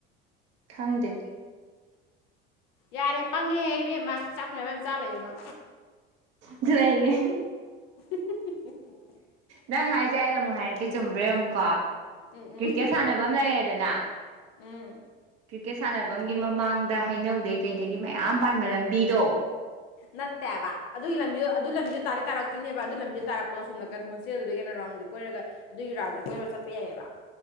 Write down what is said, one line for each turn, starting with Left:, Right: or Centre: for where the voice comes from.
Right: ꯈꯪꯗꯦ
Left: ꯌꯥꯔꯦ ꯄꯪꯉꯦ ꯏꯕꯦꯝꯃ ꯆꯥꯛꯇꯨ ꯃꯌꯥꯝ ꯃꯌꯥꯝ ꯆꯥꯔ ꯂꯩꯌꯨ ꯅꯪ
Right: ꯂꯩꯒꯦ
Left: <unintelligible>
Right: ꯅꯪ ꯍꯥꯏꯖꯦ ꯑꯩ ꯑꯃꯨꯛ ꯍꯥꯏꯔꯛꯀꯦ ꯆꯨꯝꯕ꯭ꯔ ꯌꯦꯡꯉꯨꯀꯣ
Left: ꯎꯝ ꯎꯝ
Right: ꯀ꯭ꯔꯤꯛꯀꯦꯠ ꯁꯥꯟꯅꯕꯝ ꯂꯩꯔꯦꯗꯅ
Left: ꯎꯝ
Right: ꯀ꯭ꯔꯤꯛꯀꯦꯠ ꯁꯥꯟꯅꯕꯝꯒꯤ ꯃꯃꯥꯡꯗ ꯍꯩꯅꯧꯗꯩ ꯀꯩꯗꯒꯤ ꯃꯌꯥꯝ ꯄꯥꯟꯕ ꯂꯝꯕꯤꯗꯣ
Left: ꯅꯠꯇꯦꯑꯕ ꯑꯗꯨꯒꯤ ꯂꯝꯕꯤꯗꯣ ꯑꯗꯨ ꯂꯝꯕꯤꯗꯣ ꯇꯥꯗꯤ ꯇꯥꯔꯛꯇꯣꯏꯅꯦꯕ ꯑꯗꯨ ꯂꯝꯕꯤꯗ ꯇꯥꯔꯛꯄ ꯁꯣꯝ ꯅꯀꯟ ꯍꯣꯁꯇꯦꯜꯗꯨꯗꯒꯤ ꯍꯦꯟꯅ ꯔꯥꯎꯟꯖ ꯀꯣꯏꯔꯒ ꯑꯗꯨꯒꯤ ꯔꯥꯎꯟꯖꯦ ꯀꯣꯏꯔꯒ ꯆꯠꯄ ꯌꯥꯏꯑꯦꯕ